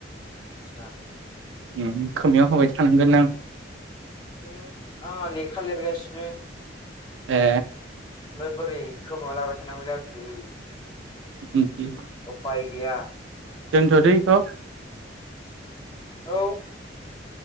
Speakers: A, on the left; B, on the right.
A: आदसा
B: उम खोमायाव होबाय थानांगोन नों।
A: ओ आंहा लेखा लिरगासिनो।
B: ए
A: ओमफाय बोरै खोमा लाबाय थानांगौ जाखो?
B: बिदि
A: उफाय गैया। <inaudible>
B: दोनथ'दो इखौ।
A: औ।